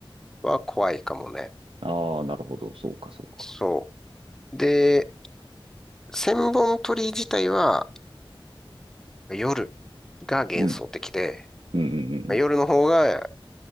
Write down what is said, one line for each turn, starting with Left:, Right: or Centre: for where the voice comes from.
Centre: は怖いかもね。
Right: ああ、なるほど。そうか、そうか。
Centre: そう。で、千本鳥居自体は夜が幻想的で、
Right: うん。うんうんうん
Centre: 夜の方が